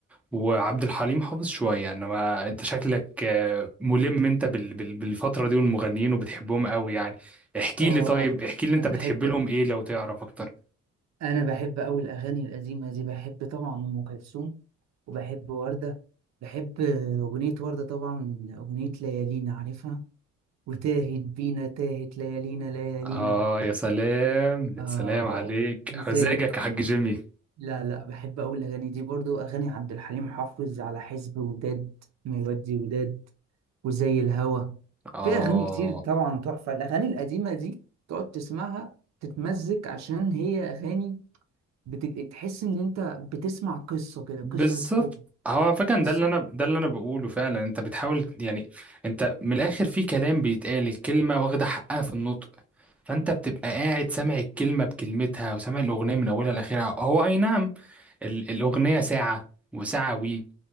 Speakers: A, in the centre; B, on the right.
A: وعبد الحليم حافظ شوية انما انت شكلك آه، ملم انت بال- بال- بالفترة دي والمغنيين وبتحبهم قوي يعني احكي
B: اه
A: لي طيب
B: اه
A: احكي لي انت
B: أنا
A: بتحب
B: بحب
A: لهم ايه لو تعرف اكتر
B: أنا بحب أوي الأغاني القديمة دي بحب طبعا أم كلثوم وبحب وردة بحب آه، أغنية وردة طبعا أغنية ليالينا عارفها وتاهت بينا تاهت ليالينا ليالينا
A: اه يا سلام
B: آه
A: يا سلام عليك
B: مزاج
A: مزاجك يا حاج جيمي
B: لا لا بحب أقول الأغاني دي برضو أغاني عبد الحليم حافظ على حزب وداد مودي وداد وزي الهوى
A: اه
B: في أغاني كتير طبعا تحفة الأغاني القديمة دي تقعد تسمعها تتمزج عشان هي أغاني بت- تحس إن أنت بتسمع قصة كده قصة
A: بالظبط
B: حب
A: هو فكان
B: قصة
A: ده اللي انا ده اللي انا بقوله فعلا انت بتحاول يعني انت من الاخر في كلام بيتقال الكلمه واخده حقها في النطق فانت بتبقى قاعد سامع الكلمه بكلمتها وسامع الاغنيه من اولها لاخرها هو اي نعم ال- الاغنيه ساعه وساعه وي